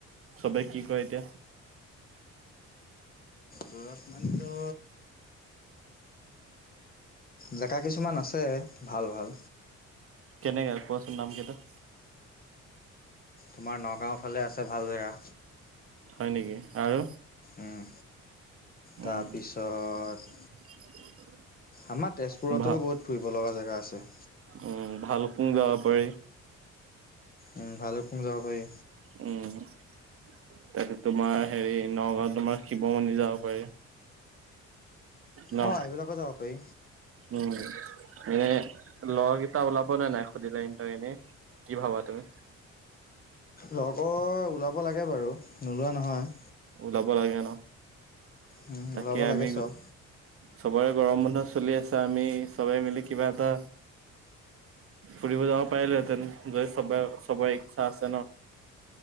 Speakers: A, on the right; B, on the left.
A: চবে কি কয় এতিয়া।
B: দূৰত মানে টো। জেগা কিছুমান আছে ভাল ভাল।
A: কেনেকে কোৱাচোন নাম কেইটা।
B: তোমাৰ নগাঁও ফালে আছে ভাল জেগা।
A: হয় নেকি আৰু।
B: উম
A: উম
B: তাৰপিছত।
A: <unintelligible>
B: আমাৰ তেজপুৰতো
A: ভাল
B: বহুত ফুৰিব লগা জেগা আছে।
A: উম ভাল কুং যাব পাৰি।
B: উম ভালকুং যাব পাৰি।
A: উম তাৰপিছত তোমাৰ হেৰি নগাঁওত তোমাৰ শিৱ মন্দিৰ যাব পাৰি। ন।
B: অ এইবিলাকো যাব পাৰি
A: উম এনেই লৰাকেইটা ওলাবনে নাই সুধিলে সিহতক এনেই। কি ভাবা তুমি।
B: লগৰ ওলাব লাগে বাৰু নোলোৱা নহয়।
A: ওলাব লাগে ন
B: উম,
A: তাকে
B: ওলাব লাগে
A: আমি।
B: চব।
A: চবৰে গৰম বন্ধ চলি আছা আমি চবে মিলি কিবা এটা। ফুৰিব যাব পাৰিলেহেতেন যদি চব চবৰ ইচ্ছা আছে ন।